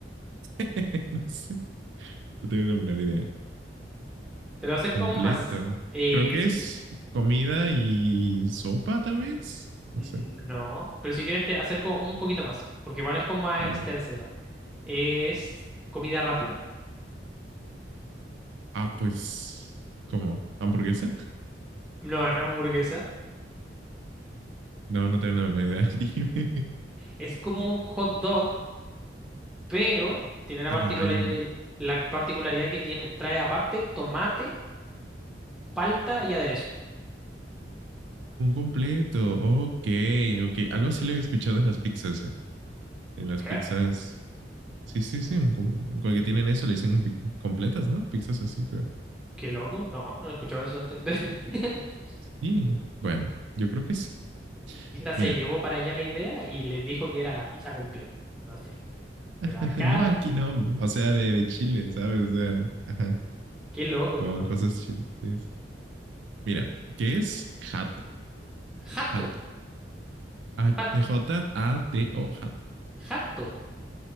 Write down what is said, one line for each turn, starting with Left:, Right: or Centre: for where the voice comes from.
Right: <laughs> no sé, no tengo la menor idea.
Centre: te lo acerco
Right: Completa.
Centre: aún más. Eh,
Right: Creo que
Centre: si
Right: es
Centre: quieres.
Right: comida y sopa, tal vez. No
Centre: Mm,
Right: sé.
Centre: No, pero si quieres te acerco un poquito más, porque igual es como más
Right: A
Centre: extensa
Right: ver.
Centre: esa. Es comida rápida.
Right: Ah, pues, ¿cómo? ¿Hamburguesa?
Centre: No, no es hamburguesa.
Right: No, no tengo la menor idea. <laughs> Dime.
Centre: Es como un hot dog, pero tiene la
Right: Ay,
Centre: particulari-
Right: no.
Centre: la particularidad que tiene, trae aparte tomate, palta y aderezo.
Right: Un completo. Ok, ok. Algo así lo he escuchado en las pizzas, eh. En las
Centre: ¿Qué?
Right: pizzas. Sí, sí, sí, un com- con el que tienen eso le dicen pi- completas, ¿no? Pizzas así, creo.
Centre: ¿Qué loco? No, no he escuchado eso antes. <laughs>
Right: Y bueno, yo creo que sí.
Centre: Quizás
Right: Mira,
Centre: se llevó para allá la idea y les dijo que era la pizza completa. No sé.
Right: <laughs>
Centre: Pero acá
Right: no aquí no, o sea, de, de Chile, ¿sabes? O sea, ajá,
Centre: Qué loco,
Right: con
Centre: ¿no?
Right: cosas chiles. sí, sí. Mira, ¿qué es jato?
Centre: Jato,
Right: Jato. A-
Centre: jato,
Right: J-A-T-O, jato.
Centre: jato.